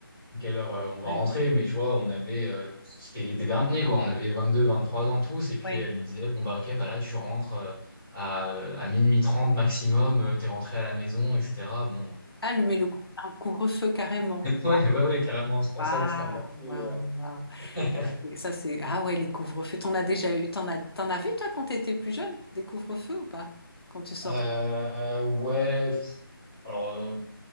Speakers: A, in the centre; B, on the left.
A: quelle heure euh, on va
B: ouais,
A: rentrer. Mais tu vois, on avait, euh, c'était l'été dernier, quoi. On avait vingt deux vingt trois ans tous. Et puis,
B: ouais.
A: elle lui disait, bon, bah, ok, bah là, tu rentres euh, à, à minuit 30 maximum. euh, T'es rentré à la maison, etc. Bon.
B: Ah, le, mais le cou- un couvre-feu carrément.
A: <laughs> Ouais, ouais, ouais, carrément. C'est pour
B: Waouh,
A: ça que c'était encore plus.
B: waouh, waouh.
A: euh, <laughs>
B: Ça, c'est... ça, c'est- Ah ouais, les couvre-feux. T'en as déjà eu. T'en as... T'en avais, toi, quand t'étais plus jeune, des couvre-feux ou pas? Quand tu sortais,
A: euh, ouais, pff, alors euh,